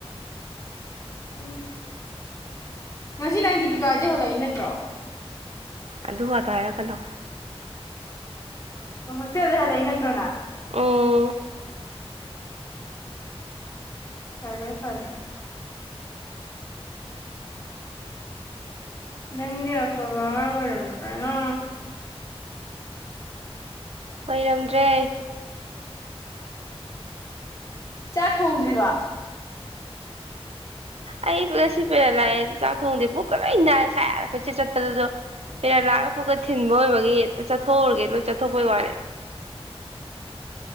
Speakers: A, on the left (about 30°); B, on the right (about 75°).
A: ꯎꯝ ꯉꯁꯤ ꯅꯪ ꯗꯤꯄꯤꯀꯥꯍꯣꯏꯗꯩ ꯍꯜꯂꯛꯏ ꯅꯠꯇ꯭ꯔꯣ
B: ꯑꯗꯨꯗ ꯍꯥꯏꯔꯛꯀꯅꯣ
A: ꯑꯣ ꯍꯣꯁꯇꯦꯜꯗꯩ ꯍꯜꯂꯛꯏ ꯅꯠꯇ꯭ꯔꯣ ꯅ
B: ꯎꯝ
A: ꯐꯔꯦ ꯐꯔꯦ ꯅꯪꯗꯤ ꯑꯐꯕ ꯑꯉꯥꯡ ꯑꯣꯏꯔꯝꯗ꯭ꯔꯦꯅ
B: ꯑꯣꯏꯔꯝꯗ꯭ꯔꯦ
A: ꯆꯥꯛ ꯊꯣꯡꯗ꯭ꯔꯤꯕꯥ
B: ꯑꯩ ꯉꯁꯤ ꯄꯦꯔꯠ ꯂꯥꯛ ꯑꯦ ꯆꯥꯛ ꯊꯣꯡꯗꯦ ꯄꯨꯛꯀ ꯂꯣꯏ ꯅꯥꯏ꯫ ꯁ ꯀꯣꯏꯆꯠ ꯆꯠꯄꯗ ꯖꯨ ꯄꯦꯔꯠꯂꯥꯛꯑꯒ ꯄꯨꯛꯀ ꯊꯤꯟꯕ ꯑꯣꯏꯕꯒꯤ ꯑꯝꯇ ꯆꯠꯊꯣꯛꯎꯔꯒꯦ ꯑꯗꯨ ꯆꯠꯊꯣꯛꯄꯩ ꯋꯥꯅꯦ꯫